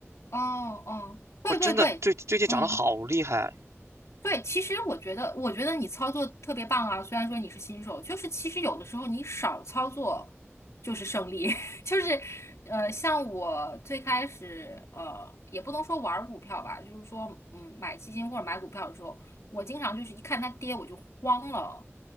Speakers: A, on the left (about 75°); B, on the right (about 85°).
A: 哦哦，对对对，
B: 我真的最最近涨得好厉害。
A: 嗯。对，其实我觉得，我觉得你操作特别棒啊。虽然说你是新手，就是其实有的时候你少操作就是胜利。<laughs> 就是呃，像我最开始呃，也不能说玩儿股票吧，就是说嗯，买基金或者买股票的时候，我经常就是一看它跌我就慌了。